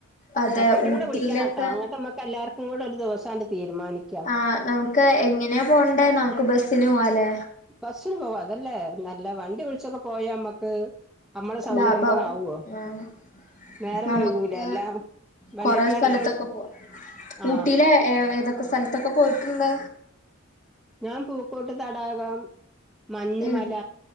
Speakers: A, on the left (about 35°); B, in the centre.
A: അതെ
B: മറ്റവരും
A: ഊട്ടിയിലൊക്കെ
B: കൂടെ വിളിക്കാൻ കേട്ടോ അങ്ങോട്ട് നമ്മുക്ക് എല്ലാവർക്കും കൂടെ ഒരു ദിവസം തീരുമാനിക്കും
A: ആഹ് നമുക്ക് എങ്ങനെയാ പോവണ്ടേ നമുക്ക് ബസ്സിന് പോവാല്ലേ
B: ബസ്സിന് പോവാ അതല്ലേ നല്ല വണ്ടി വിളിച്ചൊക്കെ പോയാ നമ്മക്ക് നമ്മളെ സൗകര്യം
A: ലാഭാവും
B: പോണ ആവോ
A: ആഹ്
B: നേരം
A: നമുക്ക്
B: വൈകൂലേ എല്ലാം വണ്ടിക്കാര്
A: കൊറെ സ്ഥലത്തൊക്കെ പോവാ
B: ആ
A: ഊട്ടിലെ ഏ ഏതൊക്കെ സ്ഥലത്തൊക്കെ പോയിട്ടുണ്ട്
B: ഞാൻ പൂക്കോട്ട് തടാകം മഞ്ഞുമല
A: ഉം